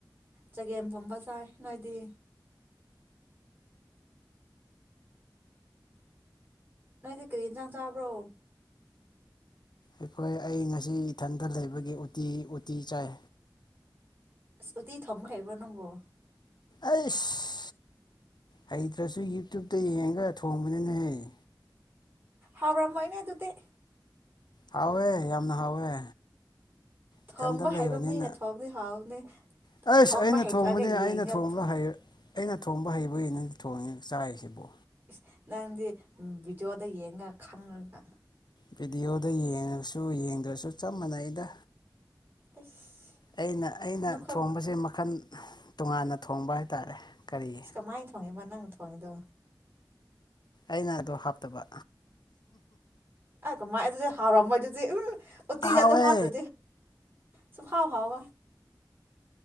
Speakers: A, on the right; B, on the left.
A: ꯆꯒꯦꯝ ꯄꯣꯝꯕ ꯆꯥꯏ ꯅꯣꯏꯗꯤ ꯅꯣꯏꯗꯤ ꯀꯔꯤ ꯌꯦꯟꯁꯥꯡ ꯆꯥꯕ꯭ꯔꯣ
B: ꯑꯩꯈꯣꯏ ꯑꯩ ꯉꯁꯤ ꯏꯊꯟꯇ ꯂꯩꯕꯒꯤ ꯎꯇꯤ ꯎꯇꯤ ꯆꯥꯏ
A: ꯎꯇꯤ ꯊꯣꯡꯕ ꯍꯩꯕ꯭ꯔꯥ ꯅꯪꯕꯣ
B: ꯑꯩꯁ ꯍꯩꯇ꯭ꯔꯁꯨ ꯌꯨꯇ꯭ꯌꯕꯇ ꯌꯦꯡꯉꯒ ꯊꯣꯡꯕꯅꯤꯅꯦꯍꯦ
A: ꯍꯥꯎꯔꯝꯃꯣꯏꯅꯦ ꯑꯗꯨꯗꯤ
B: ꯍꯥꯎꯋꯦ ꯌꯥꯝꯅ ꯍꯥꯎꯋꯦ
A: ꯊꯣꯡꯕ
B: ꯏꯊꯟꯇ ꯂꯩꯕꯅꯤꯅ
A: ꯍꯩꯕ ꯃꯤꯅ ꯊꯣꯡꯗꯤ ꯍꯥꯎꯅꯤ
B: ꯑꯩꯁ
A: ꯊꯣꯡꯕ
B: ꯑꯩꯅ
A: ꯍꯩꯇ꯭ꯔꯒ
B: ꯊꯣꯡꯕꯅꯦ ꯑꯩꯅ
A: ꯌꯦꯡꯒ
B: ꯊꯣꯡꯕ ꯍꯩ ꯑꯩꯅ ꯊꯣꯡꯕ ꯍꯩꯕꯅꯗꯤ ꯊꯣꯡꯉꯤ ꯆꯥꯏꯁꯤꯕꯣ
A: ꯏꯁ ꯅꯪꯗꯤ ꯚꯤꯗꯤꯑꯣꯗ ꯌꯦꯡꯉ ꯈꯪꯉꯒ
B: ꯚꯤꯗꯤꯑꯣꯗ ꯌꯦꯡꯉꯁꯨ ꯌꯦꯡꯗ꯭ꯔꯁꯨ ꯆꯞ ꯃꯥꯟꯅꯩꯗ
A: ꯑꯁ
B: ꯑꯩꯅ ꯑꯩꯅ
A: ꯅꯈꯣꯏ
B: ꯊꯣꯡꯕꯁꯦ ꯃꯈꯜ ꯇꯣꯉꯥꯟꯅ ꯊꯣꯡꯕ ꯍꯥꯏꯇꯥꯔꯦ ꯀꯔꯤꯒꯤ
A: ꯀꯃꯥꯏꯅ ꯊꯣꯡꯉꯤꯕ ꯅꯪꯅ ꯊꯣꯡꯉꯤꯗꯣ
B: ꯑꯩꯅ ꯑꯗꯨꯗꯣ ꯍꯥꯞꯇꯕ
A: ꯑ ꯃꯥꯥꯏ ꯑꯗꯨꯗꯤ ꯍꯥꯎꯔꯃ ꯑꯗꯨꯗꯤ ꯎ ꯑꯣꯇꯤꯗꯣ
B: ꯍꯥꯎꯋꯦ
A: ꯍꯥꯞꯄꯔ ꯁ ꯍꯕ ꯍꯥꯎ